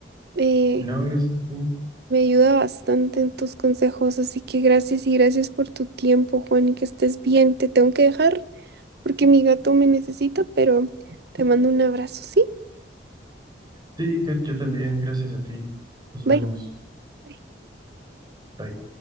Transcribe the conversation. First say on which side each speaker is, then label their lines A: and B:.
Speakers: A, on the right (about 65°); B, on the right (about 25°).
A: Eh,
B: No, gracias a ti.
A: me ayuda bastante en tus consejos, así que gracias y gracias por tu tiempo, Juani, que estés bien. Te tengo que dejar porque mi gato me necesita, pero te mando un abrazo, ¿sí?
B: Sí, Kat, yo también, gracias a ti. Nos vemos.
A: Bye. Bye.
B: Bye.